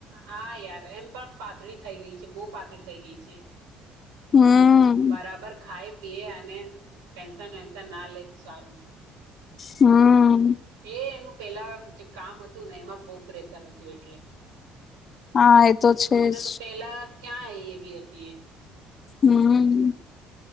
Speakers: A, on the right; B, on the left.
A: હા યાર એમ પણ પાતળી થઇ ગઈ છે બહુ પાતળી થઇ ગઈ છે.
B: હમ
A: બરાબર ખાય તે અને ટેન્શન વેન્શન ના લે સારું.
B: હમ
A: એ એનું પેલા જે કામ હતું ને એમાં બહુ પ્રેશર હતું એટલે.
B: હા તો છે
A: મે
B: જ
A: તો પેલા ક્યાં એવી હતી એ?
B: હમ